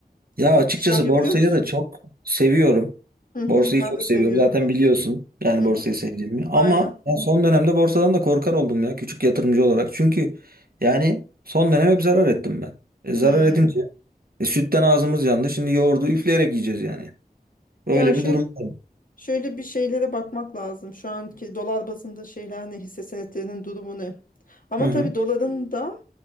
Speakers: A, on the right; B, on the left.
A: Ya
B: Ben-
A: açıkçası
B: işlem yapıyor
A: borsayı
B: musun?
A: da çok seviyorum.
B: Hı hı,
A: Borsayı
B: ben
A: çok
B: de seviyorum
A: seviyorum. Zaten
B: borsayı.
A: biliyorsun yani
B: Hı
A: borsayı
B: hı,
A: sevdiğimi. Ama
B: aynen.
A: ben son dönemde borsadan da korkar oldum ya küçük yatırımcı olarak. Çünkü yani son dönem hep zarar ettim ben. E,
B: Hmm.
A: zarar edince e, sütten ağzımız yandı. Şimdi yoğurdu üfleyerek yiyeceğiz yani. Böyle
B: Ya şöyle
A: bir durum var.
B: şöyle bir şeylere bakmak lazım. Şu anki dolar bazında şeyler ne, hisse senetlerinin durumu ne? Ama
A: Hı hı.
B: tabii doların da